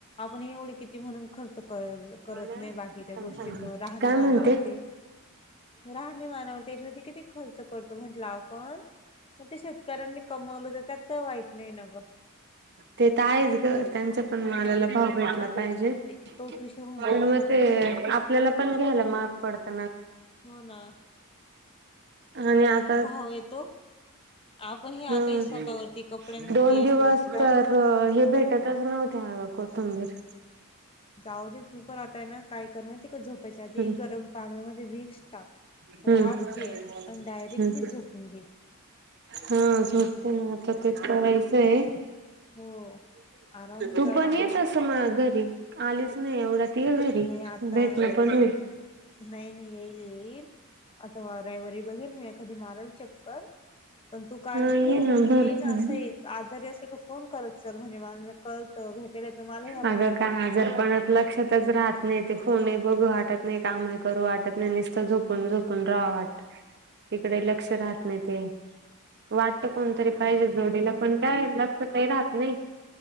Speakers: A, on the left; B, on the right.
A: आपण एवढे किती म्हणून खर्च करत
B: मला
A: नाही बाकीच्या
B: थांब
A: गोष्टींवर
B: सांगते
A: राहणेमानावरती
B: काय म्हणते
A: राहणेमानावर त्याच्यावरती किती खर्च करतो म्हंटला आपण मग ते शेतकऱ्यांनी कमवलं तर त्यात काही वाईट नाही न
B: ते तर आहेच ग त्यांचा पण
A: हो
B: मलाला
A: ना.
B: भाव भेटला पाहिजे
A: ते तोच विषय होऊन
B: मग
A: जातो ना
B: ते
A: ग म्हणून
B: आपल्याला पण घ्यायला मार्ग पडत
A: हो ना.
B: आणि आता
A: हो येतो
B: <unintelligible>
A: आपण हे
B: हम्
A: आताही स्वतःवरती कपड्यांवरती
B: दोन
A: याच्यावरती
B: दिवस
A: काय
B: तर
A: म्हणत खर्च
B: हे
A: करत
B: भेटतच
A: नाही.
B: नव्हत म आग कोतबीर
A: जाऊ ते तूप राताय ना काय करण त झोपायच्या आधी
B: हम्म
A: गरम पाण्यामध्ये वीिकस टाक
B: हम्म
A: वाफ घे आणि डायरेक्टली झोपून घे
B: हा झोपते ना आता तेच करायचंय
A: हो. आराम
B: तू
A: कराने
B: पण येत अस म घरी आलीच नाही एवढा ती घरी
A: नाही आता
B: भेटण पण होरी
A: नाही नाही येईल येईल आता रविवारी बघेल मी एखादी माराल चक्कर पण तू काळजी
B: हा ये
A: घे
B: ना
A: आणि
B: भरपूर
A: ये ना असं येईल आजारी असेल का फोन करत चल म्हणेे माला कळतं भेट तुम्हाही
B: अगं का आजार पणात लक्षातच राहत नाही नाही ते फोनही बघू वाटत नाही काम करू वाटत नाही नुसतं झोपून झोपून राहा वाटत तिकडे लक्ष राहत नाही ते वाटत कोणतरी पाहिजे जोडीला पण काय लगत काही राहत नाही